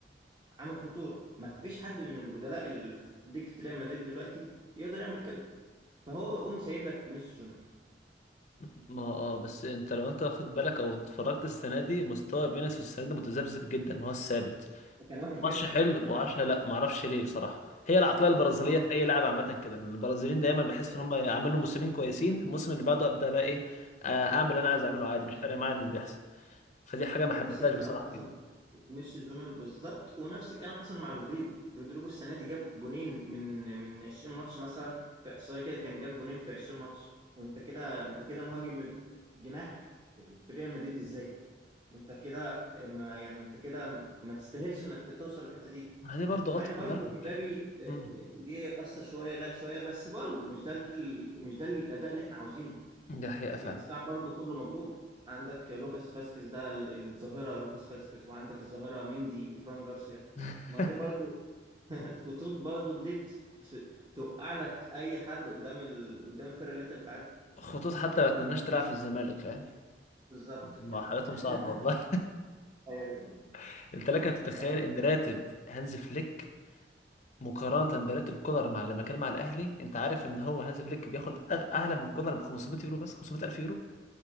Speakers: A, on the right; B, on the left.
A: عامل خطوره ما فيش حد من البدلاء اللي في دكه ريال مدريد دلوقتي يقدر يعمل كده فهو يقوم سايب لك فينيسيوس جونيور
B: <laughs> ما هو اه بس انت لو انت واخد بالك او اتفرجت السنه دي مستوى فينيسيوس السنه دي متذبذب جدا ما هو ثابت
A: كان وحش جدا
B: ماتش حلو
A: كان وحش جدا
B: و10 لا ما اعرفش ليه بصراحه هي العقليه البرازيليه
A: ما هو
B: في اي لاعب عامه كده لأن البرازيليين دايما بحس
A: بالظبط
B: ان هم يعملوا موسمين كويسين الموسم اللي بعده ابدا بقى ايه آه، اعمل اللي انا عايز اعمله عادي
A: آه،
B: مش
A: صح.
B: فارق معايا اللي بيحصل فدي حاجه ما
A: نفس
B: حبيتهاش
A: الكلام
B: بصراحه
A: حصل
B: فيه
A: فينيسيوس جونيور بالظبط ونفس الكلام حصل مع رودريجو رودريجو السنه دي جاب جونين من من 20 ماتش مثلا في احصائيه كده كان جاب جونين في 20 ماتش وانت كده انت كده مهاجم جناح في ريال مدريد ازاي انت كده ما يعني انت كده ما تستاهلش انك ت- توصل للحته دي
B: ما دي برضه
A: مع
B: غلطة
A: ان برضو
B: مدرب
A: امبابي آه، آه،
B: امم
A: جه قصر شويه لعب شويه بس برضو مش ده ال... مش ده الاداء اللي احنا عاوزينه
B: دي حقيقة فعلا
A: الدفاع برضو كله مضروب عندك لوكاس فاسكيز ده ال- الظاهره لوكاس فاسكيز وعندك الظاهره مندي وفران جارسيا
B: <laughs>
A: ما دي برضو <laughs> خطوط برضو دي ت- ت- توقع لك اي حد قدام ال... قدام الفرقه اللي انت بتلعبها
B: خطوط حتى ما اتمناش تلعب في الزمالك فاهم
A: بالظبط
B: ما
A: كده
B: حالتهم
A: <laughs>
B: صعبة والله
A: أيوة.
B: <laughs> انت لك ان تتخيل
A: أيوة.
B: ان راتب هانز فليك مقارنة براتب كولر مع لما كان مع الاهلي انت عارف ان هو هانز فليك بياخد أغ- اعلى من كولر ب 500 يورو بس 500 الف يورو